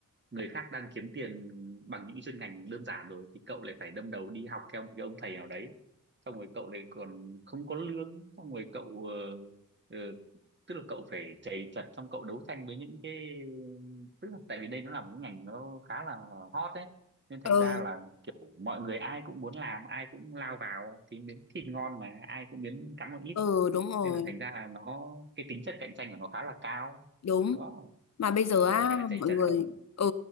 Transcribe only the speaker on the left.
ờ
ờ đúng rồi
đúng
mà bây giờ á
mọi
người
ừ